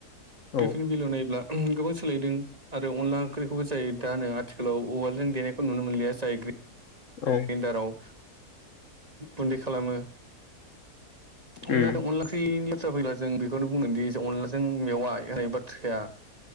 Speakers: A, on the left; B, on the right.
A: औ
B: बेफोरनि बेलायाव नायोब्ला गोबां सोलायदों आरो अनला ओंख्रिखौबो जाय दा नो आथिखालाव उवालजों देनायखौ नुनो मोनलिया जाय ग्रि
A: औ
B: ग्रेन्दाराव गुन्दै खालामो। अनलादो-अनला
A: उम
B: ओंख्रिनि बाथ्रा फैला जों बे। खौनो बुंगोनदि अनलाजों मेवाय <unintelligible> बाथ्राया।